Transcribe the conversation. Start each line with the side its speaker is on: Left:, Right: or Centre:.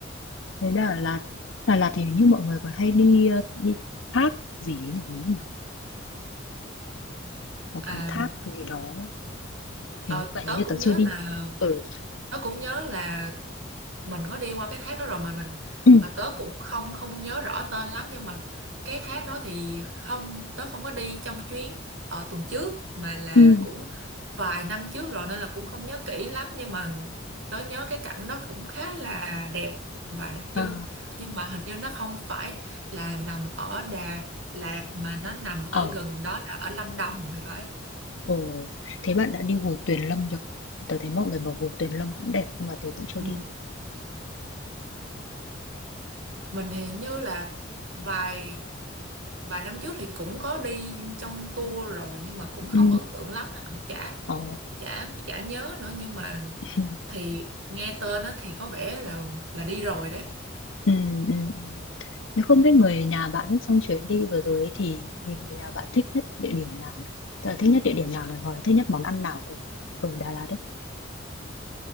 Left: Thế Đà Lạt Đà Lạt thì hình như mọi người còn hay đi ờ, đi thác gì ấy nhỉ? Đúng không nhỉ? Có
Right: À,
Left: cái thác gì đó hình
Right: ờ,
Left: như,
Right: tớ
Left: hình như
Right: cũng
Left: tớ chưa
Right: nhớ
Left: đi.
Right: là
Left: Ừ.
Right: tớ cũng nhớ là mình có đi qua cái thác đó rồi mà mình
Left: Ừ.
Right: mà tớ cũng không không nhớ rõ tên lắm nhưng mà cái thác đó thì không tớ không có đi trong chuyến ở tuần trước mà là
Left: Ừ.
Right: cũng vài năm trước rồi nên là cũng không nhớ kỹ lắm nhưng mà tớ nhớ cái cảnh đó cũng khá là đẹp và đặc trưng
Left: À,
Right: nhưng mà hình như nó không phải là nằm ở Đà Lạt mà nó nằm
Left: Ờ,
Right: ở gần đó là ở Lâm Đồng thì phải
Left: ồ, thế bạn đã đi Hồ Tuyền Lâm chưa? Tớ thấy mọi người bảo Hồ Tuyền Lâm cũng đẹp nhưng mà tớ cũng chưa
Right: ừ.
Left: đi.
Right: mình thì như là vài vài năm trước thì cũng có đi trong tour rồi nhưng mà cũng
Left: Ừ,
Right: không ấn tượng lắm nên cũng chả
Left: ờ,
Right: chả chả nhớ nữa nhưng mà
Left: <laughs>
Right: thì nghe tên nó thì có vẻ là là đi rồi đấy
Left: ừ, ừ, ừ. Thế không biết người nhà bạn ấy trong chuyến đi vừa rồi ấy thì, thì người nhà bạn thích nhất địa điểm nào nhỉ? Tớ là thích nhất địa điểm nào rồi, hoặc là thích nhất món ăn nào ở ở Đà Lạt đấy?